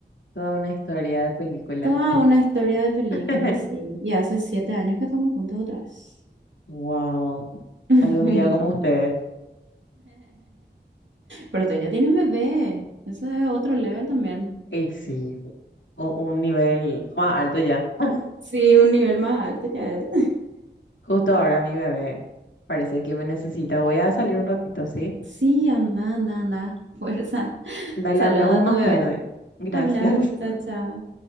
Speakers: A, on the left; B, on the right.
A: Toda una historia de película.
B: Toda una historia de película,
A: <laughs>
B: sí. Y hace siete años que estamos juntos otra vez.
A: Wow.
B: <laughs>
A: Algún día como ustedes.
B: Pero ustedes ya tienen bebé. Eso es otro level también.
A: Y sí, u- un nivel más alto ya. <laughs>
B: Sí, un nivel más alto ya es.
A: Justo ahora mi bebé parece que me necesita. Voy a salir un ratito, ¿sí?
B: Sí, anda, anda, anda. Fuerza.
A: Dale,
B: Saluda
A: hablamos
B: a
A: más
B: tu bebé.
A: tarde. Gracias.
B: Hablamos. Chao, chao.